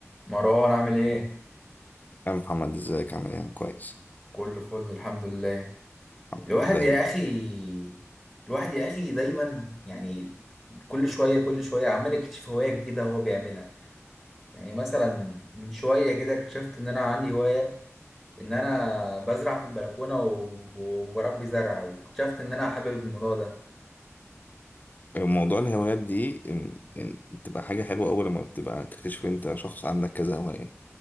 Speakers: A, in the centre; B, on the left (about 35°).
A: مروان عامل ايه؟
B: يا محمد ازيك عامل ايه أنا كويس
A: كله فل الحمد لله
B: الحمد
A: الواحد
B: لله. دايما
A: يا اخي الواحد يا اخي دايما يعني كل شوية كل شوية عمال يكتشف هواية جديدة هو بيعملها يعني مثلا من شوية كده اكتشفت ان انا عندي هواية ان انا بزرع في البلكونة و- وبربي زرع واكتشفت ان انا حابب الموضوع ده
B: موضوع الهوايات دي إن- إن بتبقى حاجة حلوة أول لما بتبقى تكتشف إن أنت شخص عندك كذا هواية